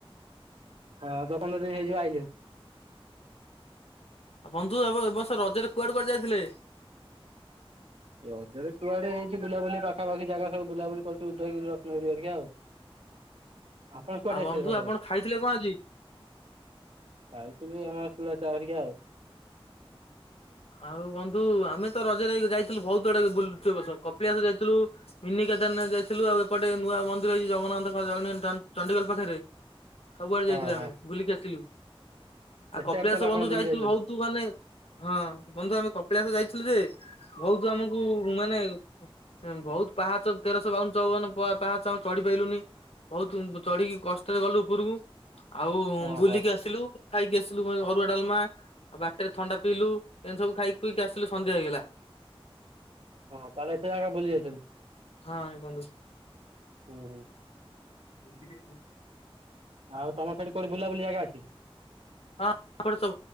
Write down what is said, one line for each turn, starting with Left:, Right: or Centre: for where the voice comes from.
Right: ହଁ, ଦ ପନ୍ଦର ଦିନ ହେଇଯିବ ଆଇଲିଣି।
Left: ଆଉ ବନ୍ଧୁ ଆ, ଏ ବର୍ଷ ରଜରେ କୁଆଡେ କୁଆଡେ ଯାଇଥିଲେ?
Right: ରଜରେ କୁଆଡେ ଏଇଠି ବୁଲାବୁଲି ପାଖପାଖି ଜାଗା ସବୁ ବୁଲାବୁଲି କରିିଚୁ, ଉଦୟ ଗିରି, ରତ୍ନ ଗିରି ହେରିକା ଆଉ। ଆପଣ କୁଆଡେ
Left: ଆଉ
Right: ଯାଇଥିଲେ
Left: ବନ୍ଧୁ
Right: ରଜରେ?
Left: ଆପଣ ଖାଇଥିଲେ କଣ ଆଜି?
Right: ଖାଉଥିଲି ଆମର ଚୁଡା ଚା ହେରିକା ଆଉ।
Left: ଆଉ ବନ୍ଧୁ ଆମେ ତ ରଜରେ ଯାଇଥିଲୁ ବହୁତ୍ ଆଡେ ବୁଲ୍ ଚୁ। ଏ ବର୍ଷ କପିଳାସ ଯାଇଥିଲୁ। ମିନିିକେତନ ଯାଇଥିଲୁ, ଆଉ ଏପଟେ ନୂଆ ମନ୍ଦିର ହେଇଛି ଜଗନ୍ନାଥ <unintelligible> ଚଣ୍ଡିଖୋଲ୍ ପାଖେରେ। ସବୁଆଡେ ଯାଇଥିଲୁ
Right: ହଁ
Left: ଆମେ।
Right: ହଁ
Left: ବୁଲିକି ଆସିଲୁ। ଆଉ
Right: ଏତେ
Left: କପିଳାଶ
Right: ବାଟ ତାହେଲେ ଆପଣ
Left: ବନ୍ଧୁ
Right: ବୁଲି
Left: ଯାଇଥିଲୁ
Right: ଯାଇଛନ୍ତି।
Left: ବହୁତ୍ ତୁ ମାନେ ହଁ। ବନ୍ଧୁ ଆମେ କପିଳାସ ଯାଇଥିଲୁ ଯେ, ବହୁତ୍ ଆମକୁ ମାନେ ବହୁତ ପାହାଚ୍ ତେରଶହ ବାଉନ ଚଉବନ ପାହାଚ ଆମେ ଚଢି ପାଇଲୁନି। ବହୁତ ଚଢିକି କଷ୍ଟରେ ଗଲୁ ଉପୁରକୁ। ଆଉ
Right: ଓହୋ
Left: ବୁଲିକି ଆସିଲୁ, ଖାଇକି ଆସିଲୁ ଅରୁଆ ଡାଲମା। ବାଟରେ ଥଣ୍ଡା ପିଇଲୁ। ଏମିତି ସବୁ ଖାଇିକି ଖୁଇକିଆସିଲୁ ସନ୍ଧ୍ୟା ହେଇଗଲା।
Right: ହଁ, ତାହେଲେ ଏତେ ଜାଗା ବୁଲି ଯାଇଥିଲୁ।
Left: ହଁ ବନ୍ଧୁ
Right: ହୁଁ, ହୁଁ।
Left: ହିନ୍ଦିରେ କଣ?
Right: ଆଉ ତମ ସେଠି କୋଉଠି ବୁଲାୁବୁଲି ଜାଗ ଅଛି?
Left: ହଁ, <inaudible> ବହୁତ